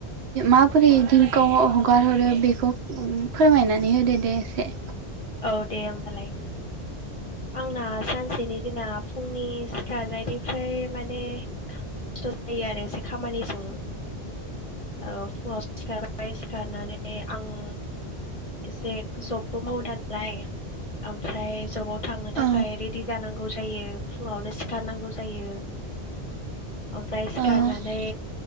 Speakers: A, on the right (about 75°); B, on the left (about 35°).
A: माबोरै दिनखौ हगार हरो बेखौ ओम फोरमायनानै होदो दे एसे।
B: औ दे होमबालाय आंना सानसेनि दिना फुंनि सिखारनायनिफ्राय माने बेस्थ जायो आरो एसे खामानिजों औ फुङाव सिखारबाय सिखारनानै आङो एसे जबबो मावदान लाय ओमफ्राय जबाव थांनो थाखाय
A: औ
B: रेदि जानांगौ जायो फुङावनो सिखारनांगौ जायो। ओमफ्राय सिखारनानै
A: औ